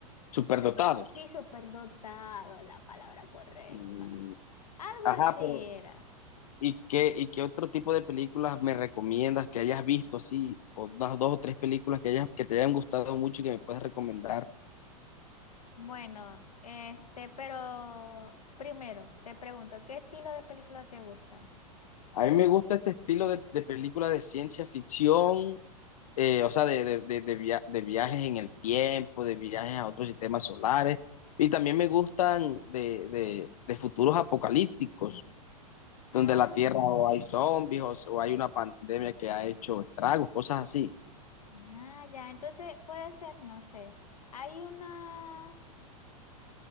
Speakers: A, on the left; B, on the left.
A: Superdotados.
B: Sí, superdotado es la palabra correcta.
A: Mm,
B: Algo
A: Ajá,
B: así
A: pero
B: era.
A: ¿Y qué, y qué otro tipo de películas me recomiendas que hayas visto así? O unas dos o tres películas que hayas, que te hayan gustado mucho y que me puedes recomendar.
B: Bueno, este, pero primero te pregunto, ¿qué estilo de película te gusta?
A: A mí me gusta este estilo de, de película de ciencia ficción, eh, o sea, de, de, de, de via- de viajes en el tiempo, de viajes a otros sistemas solares. Y también me gustan de, de, de futuros apocalípticos,
B: Ah,
A: donde la Tierra o hay zombies o, o hay una pandemia que ha hecho estragos, cosas así.
B: ah, ya, entonces puede ser, no sé. Hay una,